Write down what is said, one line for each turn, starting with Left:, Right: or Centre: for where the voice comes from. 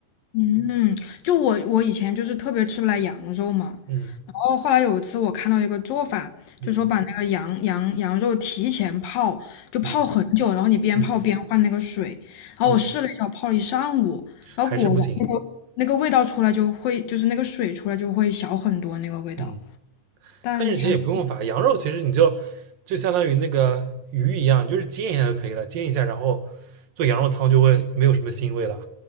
Left: 嗯，就我我以前就是特别吃不来羊肉嘛，
Right: 嗯
Left: 然后后来有一次我看到一个做法，
Right: 嗯
Left: 就说把那个羊羊羊肉提前泡，就泡很久，
Right: 嗯
Left: 然后你边泡边换那个水，
Right: 嗯
Left: 然后我试了一下，
Right: 嗯，
Left: 我泡了一上午，然后果然那个那个味道出来就会，
Right: 还是不行。
Left: 就是那个水出来就会小很多那个味道，
Right: 嗯。
Left: 但还是
Right: 但是其实也不用法，羊肉其实你就就相当于那个鱼一样，你就是煎一下就可以了，煎一下，然后做羊肉汤就会没有什么腥味了。